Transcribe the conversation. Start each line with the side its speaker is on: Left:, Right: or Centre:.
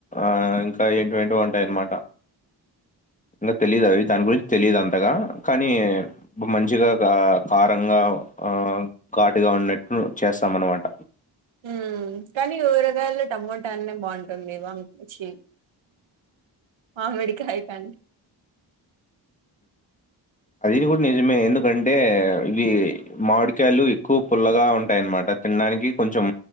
Left: ఆ ఇంకా ఎటువంటివో డైనమాట నాక్ తెలీదవి దాని గురించి తెలిదంతగా కానీ మంచిగా గా కారంగా ఆ ఘాటుగా ఉన్నట్లు చేస్తాం అన్నమాట.
Right: హుమ్మ్ కానీ ఊరగాయల్లో టమోటానే బావుంటుంది. వామ్ చీ మామిడికాయ్ కంటే
Left: అది గూడా నిజమే ఎందుకంటే ఇవి మాడికాయలు ఎక్కువ పుల్లగా ఉంటాయ్ అనమాన్ అంటే తిండానికి కొంచెం